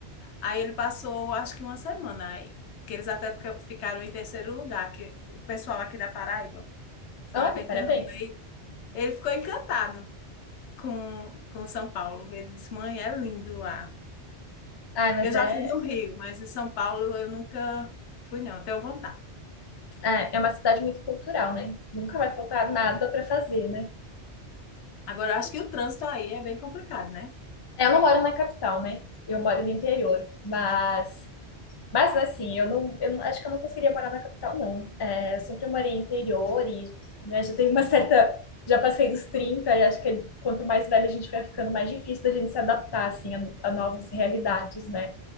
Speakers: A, on the left (about 85°); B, on the left (about 35°).
A: aí ele passou, acho que uma semana aí, que eles até fica- ficaram em terceiro lugar, que o pessoal aqui da Paraíba foi
B: Olha,
A: um evento
B: parabéns.
A: enorme. Ele ficou encantado com, com São Paulo. Ele disse, mãe, é lindo lá.
B: Ai, mas
A: Eu já
B: é,
A: fui no Rio, mas em São Paulo eu nunca fui, não. Tenho vontade.
B: é é uma cidade muito cultural, né? Nunca vai faltar nada para fazer, né?
A: Agora, eu acho que o trânsito aí é bem complicado, né?
B: É, Eu não moro na capital, né? Eu moro no interior, mas, mas assim, eu não, eu não- acho que eu não conseguiria morar na capital, não. É, eu sempre morei em interior e né, já tenho uma <laughs> certa, já passei dos 30 e acho que quanto mais velha a gente vai ficando, mais difícil da gente se adaptar assim a, a novas realidades, né?